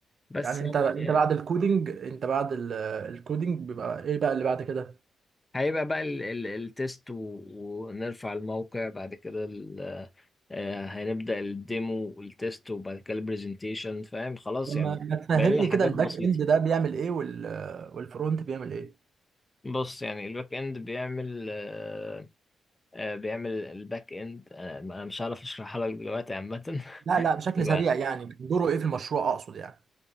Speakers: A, on the left; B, on the right.
A: بس
B: يعني انت انت
A: يعني
B: بعد
A: آه،
B: الكودينج انت بعد ال- الكودينج بيبقى ايه بقى اللي بعد كده
A: هيبقى بقى ال- ال- التست و- ونرفع الموقع بعد كده ال- آه، هنبدأ الديمو والتست وبعد كده البرزنتيشن فاهم خلاص
B: لما
A: يعني
B: ما تفهمني
A: بقالنا حاجات
B: كده الباك
A: بسيطة
B: اند ده بيعمل ايه وال والفرونت بيعمل ايه
A: بص يعني الباك اند بيعمل آه، آه، بيعمل الباك اند انا أنا مش هعرف اشرحها لك دلوقتي عامه <laughs>
B: لا لا بشكل
A: يبقى
B: سريع يعني دوره ايه في المشروع اقصد يعني